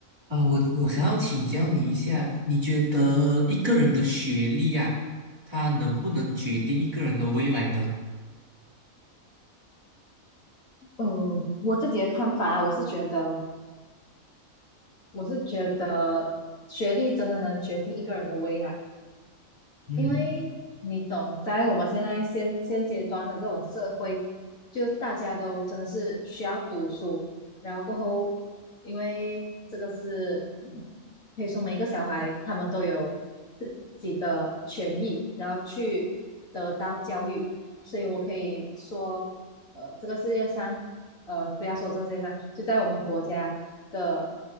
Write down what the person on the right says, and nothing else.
啊、我我想要请教你一下，你觉得一个人的学历啊，他能不能决定一个人的未来呢？
嗯嗯，